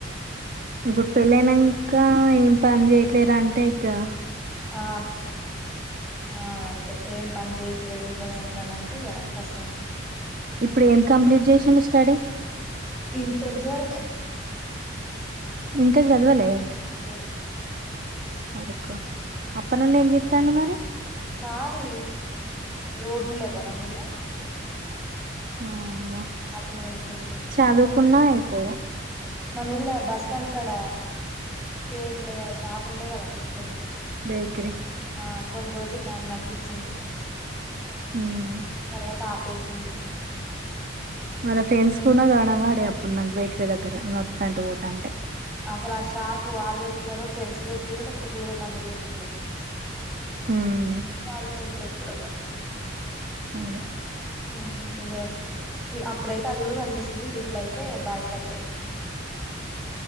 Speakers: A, on the right; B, in the centre.
A: ఇప్పుడు పెళ్ళయినంక ఇంకా ఏం పని చేయట్లేరా అంటే ఇకా
B: ఆ ఆ అంతే ఏం పని చేయట్లేదు ఇ ఇంట్లోనే ఉంటాడు అంటే ఇక కష్టమే
A: ఇప్పుడు ఏం కంప్లీట్ చేషిను క్కడే
B: ఇ టెన్త్ వరకే
A: ఇంటర్ చదవాలే
B: లేదు
A: వరకు అప్ప నుండి ఏం చెతాం మరి
B: కాలి రోడ్లు లేవా మన ఊర్లో
A: ఆ మ
B: వాటి మీదనే వేసుడు
A: చదువుకున్నా అయిపోవు
B: మన ఊళ్ళ బస్ స్టాండ్ కడ కేక్ లేదా షాప్ ఉండే కదా బేకరీ
A: బేకరి
B: ఆ కొన్ని రోజులు దాన్ని నడిపించిండు
A: ఉమ్
B: తర్వాత పెసిండు
A: మన ఫ్రెండ్స్ కూడా గణవడే అప్పుడు నాకు బేక్రి దగ్గర నేను వత్తంటే పోతాంటే
B: అసలు ఆ షాపు వాళ్ళు పెట్టుకున్నారు ఫ్రెండ్స్ కి పెట్టిండ్రో లేకపోతే దూరల్లో అందరికీ పెట్టిండ్రో
A: హ్మ్.
B: వాళ్ళే ఉంటారు ఇప్పుడల్ల
A: అద
B: ఆహ్ ఇగా ఇక అప్పుడైతే అది కూడా బంద చేసింది ఇ ఇప్పుడైతే బాయి కాడికే